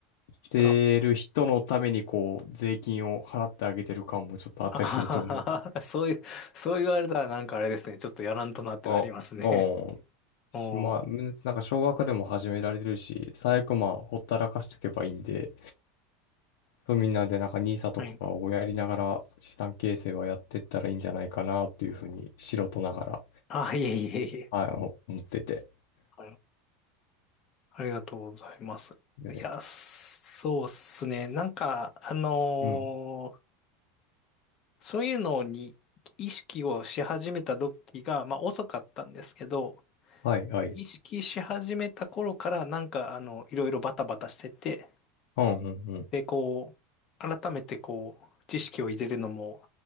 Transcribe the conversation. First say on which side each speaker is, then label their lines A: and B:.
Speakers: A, on the left; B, on the left.
A: てる人のためにこう、
B: だ
A: 税金を払ってあげてる感もちょっとあったりすると思う。
B: あははは <laughs> そういう、そう言われたらなんかあれですね。ちょっとやらんとなってなりますね。
A: あ、ああ
B: <laughs>
A: し、
B: おー、
A: まあ、むなんか少額でも始められるし、最悪まあ、ほったらかしとけばいいんで、そうみんなでなんか n i とかをやりながら資産形成はやってったらいいんじゃないかなっていうふうに素人ながら、
B: はい。あ、いえいえいえ。
A: あの、思ってて。
B: はい。ありがとうございます。
A: え
B: いや、そうっすね。なんか、あのー
A: うん。
B: そういうのに意識をし始めた時が、まあ遅かったんですけど、
A: はい、はい。
B: 意識し始めた頃からなんか、あの、いろいろバタバタしてて、
A: うん、うん、うん。
B: で、こう、改めてこう、知識を入れるのも、